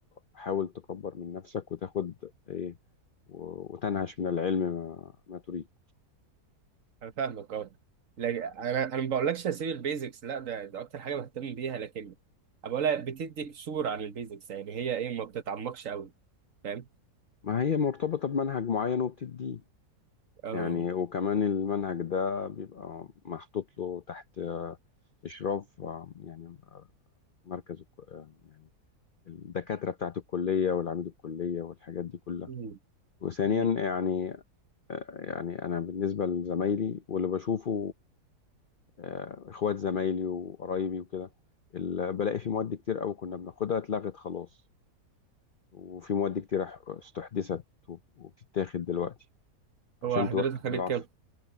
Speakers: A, on the left (about 60°); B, on the right (about 60°).
A: حاول تكبر من نفسك وتاخد ايه و- وتنهش من العلم ما, ما تريد
B: انا فاهمك اه لكن انا انا ما بقولكش هسيب البيزكس لا ده, ده اكتر حاجه بهتم بيها لكن أنا بقولها بتديك صوره عن البيزكس يعني هي ايه ما بتتعمقش قوي فاهم
A: ما هي مرتبطة بمنهج معين وبتديه
B: اه
A: يعني وكمان المنهج ده بيبقى محطوط له تحت آه، إشراف آه، يعني مركز الك- آه، يعني الدكاترة بتاعت الكلية والعميد الكلية والحاجات دي كلها
B: أمم،
A: وثانيا
B: أمم.
A: يعني آه، يعني أنا بالنسبة لزمايلي واللي بشوفه آه، اخوات زمايلي وقرايبي وكده ال- بلاقي في مواد كتير قوي كنا بناخدها اتلغت خلاص وفي مواد كتير اح- استحدثت وب- وبتتاخد دلوقتي عشان
B: هو حضرتك
A: تواكب
B: خدت
A: بالعصر
B: كام